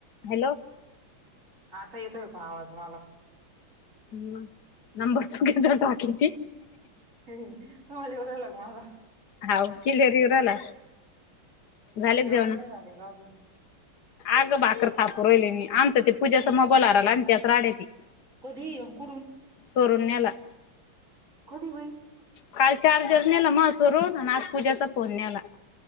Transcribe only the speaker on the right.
आता येतो पण आवाज माला
मंग कॉल येऊ राहिला मला
नाही झाले का अजून
कधी कुडून
कधी बाई